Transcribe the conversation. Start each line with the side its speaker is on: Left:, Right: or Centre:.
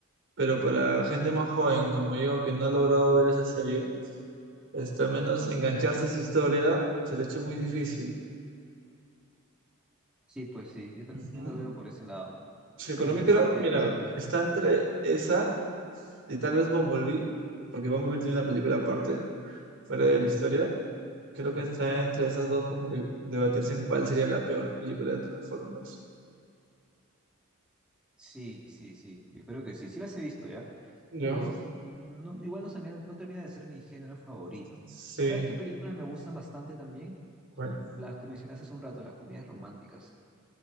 Right: Pero para gente más joven como yo que no ha logrado ver esa serie, este, al menos engancharse a esa historia se le ha hecho muy difícil.
Centre: Sí, pues sí, yo también
Right: Ujú.
Centre: lo veo por ese lado.
Right: Sí, pero
Centre: Pero
Right: mí
Centre: este,
Right: creo, mira, está entre esa y tal vez Bumblebee, porque Bumblebee tiene una película aparte, fuera de la historia. Creo que está entre esas dos como que debatirse en cuál sería la peor película de Transformers.
Centre: Sí, sí, sí, yo creo que sí, sí las he visto ya,
Right: ¿Yo?
Centre: pero no, igual no, se me- no termina de ser mi género favorito.
Right: Sí,
Centre: ¿Sabes qué películas me gustan bastante también?
Right: bueno.
Centre: Las que mencionaste hace un rato, las comedias románticas.